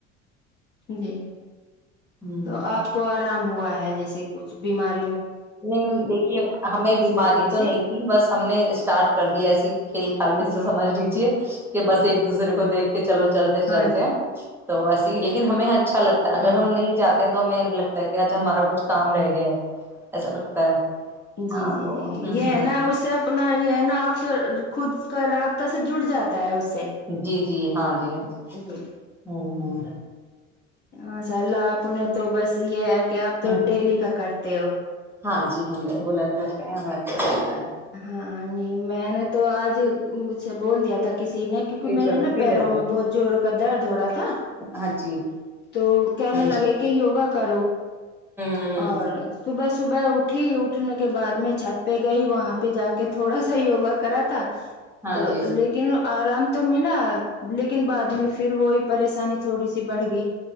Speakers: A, on the left; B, in the centre.
A: جی
B: ہ
A: تو آپ کو آرام ہوا ہے جیسے کچھ بیماری
B: نہیں دیکھیے ہمیں بیماری
A: کرنے سے
B: تو نہیں تھی بس ہم نے اسٹارٹ کر دیا ایسی کھیل کل میں جیسے
A: جی
B: سمجھ لیجیے کہ بس ایک دوسرے کو دیکھ کہ چلو چلتے
A: ہاں
B: چلتے
A: جی
B: ہیں تو ویسے ہی لیکن ہمیں یہاں اچھا لگتا ہے اگر
A: ہاں
B: ہم
A: جی
B: نہیں جاتے تو ہمیں لگتا ہے کہ آج ہمارا کچھ کام رہ گیا ہے ایسا لگتا ہے <inaudible>
A: جی
B: ہاں
A: جی
B: تو
A: جی
B: ہوں
A: یہ
B: ہوں
A: ہے نا اسے اپنا یہ ہے نا آپ خود رابط سے جڑ جاتا ہے اس سے
B: جی جی ہاں ج <inaudible> جی ج
A: جی
B: ہوں ہوں
A: مسالءلہ اپنے تو بس یہ کیا آپ تو
B: ہوں
A: ڈیلی کا کرتے ہو
B: ہاں جی ہم ریگولر کرتے اچھا کرتا ہے <unintelligible>
A: ہاں نہیں میں نے تو آج مجھے بول دیا تھا کسی نے کیک
B: فریج
A: میرے
B: میں
A: نا
B: فریزر
A: پیروں میں بہت جوو درد ہو رہا تھا تھا
B: ہاں جی
A: تو کہنے
B: ہوں
A: لگے
B: ہوں
A: کہ یوگا کرو
B: ہوں
A: <inaudible> اور صبح <inaudible> صبح اٹھی اٹھنے کے بعد میں چھت پہ گئی وہاں پہ پہ جا کے تھوڑا سا یوگا کرا تھا
B: ہاں
A: تو
B: جی
A: لیکن آرام تو ملا لیکن بعد میں پھر وہ <inaudible> پریشانی تھوڑی سی بڑھ گئی